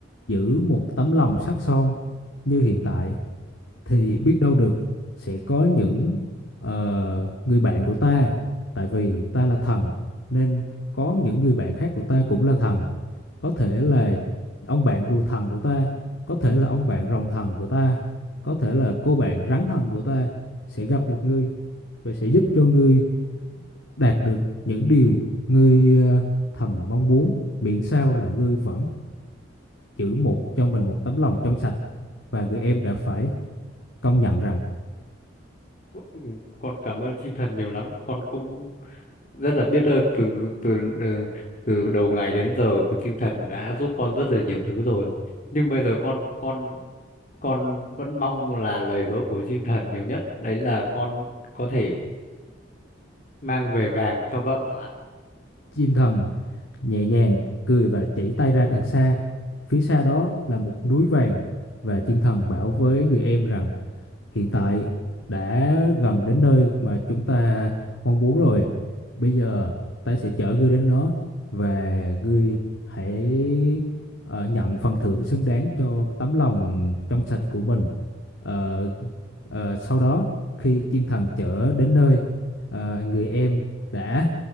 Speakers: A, on the left; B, on the left.
A: giữ một tấm lòng sắt son như hiện tại thì biết đâu được sẽ có những ờ, người bạn của ta tại vì ta là thần nên có những người bạn khác của ta cũng là thần có thể là ông bạn rùa thần của ta có thể là ông bạn rồng thần của ta có thể là cô bạn rắn thần của ta sẽ gặp được ngươi và sẽ giúp cho ngươi đạt được những điều ngươi ờ, thầm mong muốn miễn sao là ngươi vẫn giữ một cho mình một tấm lòng trong sạch và người em đã phải công nhận rằng
B: Ừ, Con cảm ơn chim thần nhiều lắm. Con cũng rất là biết ơn từ từ ừ, từ đầu ngày đến giờ của chim thần đã giúp con rất là nhiều thứ rồi. Nhưng bây giờ con con con vẫn mong là lời hứa của chim thần nhiều nhất đấy là con có thể mang về vàng cho vợ ạ.
A: chim thần nhẹ nhàng cười và chỉ tay ra đằng xa phía xa đó là một núi vàng và chim thần bảo với người em rằng hiện tại đã gần đến nơi mà chúng ta mong muốn rồi. Bây giờ ta sẽ chở ngươi đến đó và ngươi hãy ờ, nhận phần thưởng xứng đáng cho tấm lòng trong sạch của mình. Ờ, ờ, sau đó khi chim thần chở đến nơi, ờ, người em đã